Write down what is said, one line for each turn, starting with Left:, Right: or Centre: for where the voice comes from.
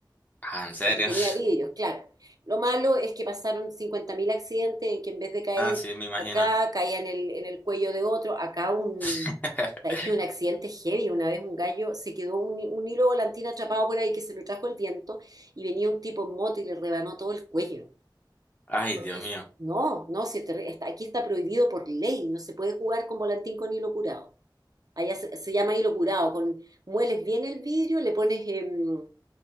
Left: Ah, ¿en serio?
Right: porque tenía
Left: <laughs>
Right: vidrios, claro. Lo malo es que pasaron 50.000 accidentes en que en vez de caer
Left: Ah, sí, me imagino.
Right: acá, caía en el, en el cuello de otro, acá un...
Left: <laughs>
Right: Es que un accidente heavy, una vez un gallo se quedó un, un hilo volantín atrapado por ahí que se lo trajo el viento y venía un tipo en moto y le rebanó todo el cuello.
Left: Ay,
Right: Porque
Left: Dios
Right: es-
Left: mío.
Right: no, no, si te- está- aquí está prohibido por ley, no se puede jugar con volantín con hilo curado. Allá se, se llama hilo curado. Con, mueles bien el vidrio, le pones em,